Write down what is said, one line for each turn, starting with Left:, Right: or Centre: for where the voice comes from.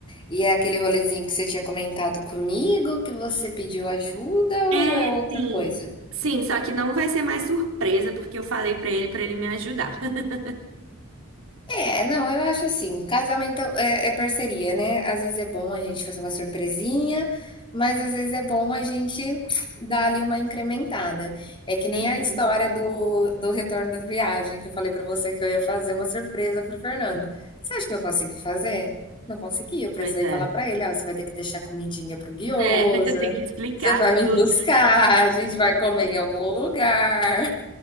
Left: E é aquele rolezinho que você tinha comentado comigo, que você pediu ajuda
Right: É,
Left: ou é outra
Right: sim.
Left: coisa?
Right: Sim, só que não vai ser mais surpresa, porque eu falei pra ele pra ele me ajudar. <laughs>
Left: É, não, eu acho assim, casamento é, é parceria, né? Às vezes é bom a gente fazer uma surpresinha, mas às vezes é bom a gente dar ali uma incrementada. É que nem
Right: Uhum.
Left: a história do, do retorno da viagem, que eu falei pra você que eu ia fazer uma surpresa pro Fernando. Você acha que eu consegui fazer? Não consegui, eu precisei
Right: Pois é.
Left: falar pra ele, ó, você vai ter que deixar comidinha pro guiosa,
Right: É, <laughs> tem que explicar
Left: você vai
Right: tudo.
Left: me buscar, a gente vai comer em algum lugar.